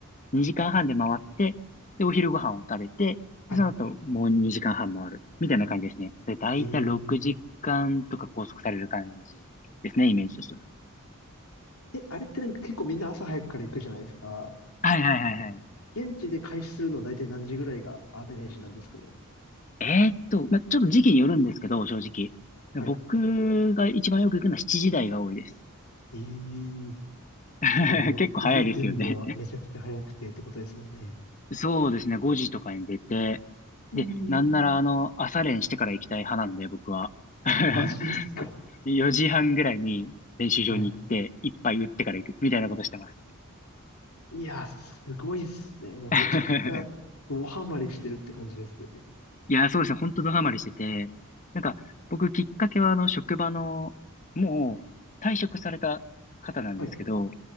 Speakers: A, on the left; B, on the left.
A: 2時間半で回って、で、お昼ご飯を食べて、
B: はい。
A: でその後もう2時間半回る。みたいな感じですね。で、だいたい6時間とか拘束される感じですね、
B: えー。
A: イメージとしては。
B: え、あれってなんか結構みんな朝早くから行くじゃないですか。
A: はいはいはいはい。
B: 現地で開始するのは大体何時ぐらいがアベレージなんですかね。
A: えーっと、まあ、ちょっと時期によるんですけど、正直。
B: はい。
A: 僕が一番よく行くのは7時台が多いです。
B: ええ
A: <laughs>
B: えじゃあもう家出んのはめちゃくちゃ早くてってことですもんね。
A: 結構早いですよね。そうですね、5時とかに出て、
B: ええ
A: で、なんならあの、朝練してから行きたい派なんで、僕は。<laughs>
B: マジですか。
A: 4時半ぐらいに練習場に行って、
B: はい。
A: 一杯打ってから行く、みたいなことしてます。
B: いや、すごいっすね。もうめちゃくちゃドハマりしてるって感じですね。
A: <laughs> いや、そうですね、本当ドハマりしてて、なんか、僕きっかけはあの、職場の、もう退職された方なんですけど、
B: はい。